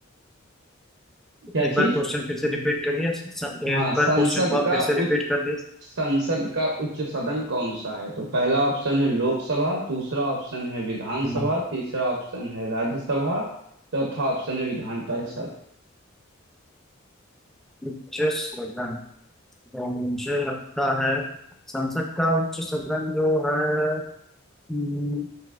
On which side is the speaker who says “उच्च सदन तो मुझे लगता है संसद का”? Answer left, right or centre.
Centre